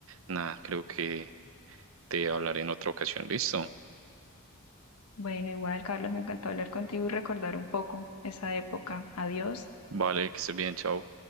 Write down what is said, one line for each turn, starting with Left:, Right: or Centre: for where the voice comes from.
Right: nada, creo que te hablaré en otra ocasión. ¿Listo?
Left: Bueno, igual, Carlos, me encantó hablar contigo y recordar un poco esa época. Adiós.
Right: Vale, que estés bien, chao.